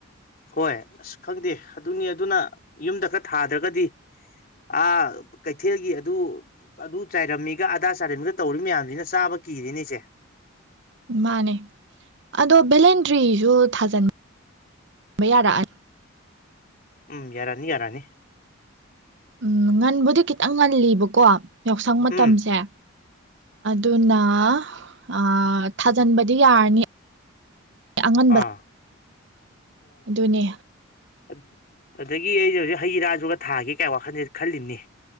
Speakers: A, on the left; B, on the right.
A: ꯍꯣꯏ ꯑꯁ ꯈꯪꯗꯦ ꯑꯗꯨꯅꯤ ꯑꯗꯨꯅ ꯌꯨꯝꯗ ꯈꯔ ꯊꯥꯗ꯭ꯔꯒꯗꯤ ꯑꯥ ꯀꯩꯊꯦꯜꯒꯤ ꯑꯗꯨ, ꯑꯗꯨ ꯆꯥꯏꯔꯝꯃꯤꯒ ꯑꯗꯥ ꯆꯥꯏꯔꯝꯃꯤꯒ ꯇꯧꯔꯤ ꯃꯌꯥꯝꯁꯤꯅ ꯆꯥꯕ ꯀꯤꯔꯦꯅꯦ ꯑꯩꯁꯦ꯫
B: ꯃꯥꯅꯦ ꯑꯗꯣ ꯚꯦꯂꯦꯟꯇ꯭ꯔꯤꯁꯨ ꯊꯥꯖꯤꯟꯕ ꯌꯥꯔꯛꯑꯅꯤ꯫
A: ꯎꯝ ꯌꯥꯔꯅꯤ- ꯌꯥꯔꯅꯤ꯫
B: ꯎꯝ ꯉꯟꯕꯨꯗꯤ ꯈꯤꯇꯪ ꯉꯜꯂꯤꯕꯀꯣ ꯌꯥꯎꯁꯪ ꯃꯇꯝꯁꯦ
A: ꯎꯝ
B: ꯑꯗꯨꯅ ꯑꯥ ꯊꯥꯖꯤꯟꯕꯗꯤ ꯌꯥꯔꯅꯤ ꯑꯉꯟꯕ
A: ꯑꯥ
B: ꯑꯗꯨꯅꯦ
A: ꯑꯗ ꯑꯗꯒꯤ ꯑꯩꯁꯦ ꯍꯧꯖꯤꯛ ꯍꯩ ꯔꯥꯁꯨꯒ ꯊꯥꯒꯦ ꯀꯥꯏ ꯋꯥꯈꯜꯁ‌ꯦ ꯈꯜꯂꯤꯝꯅꯤ꯫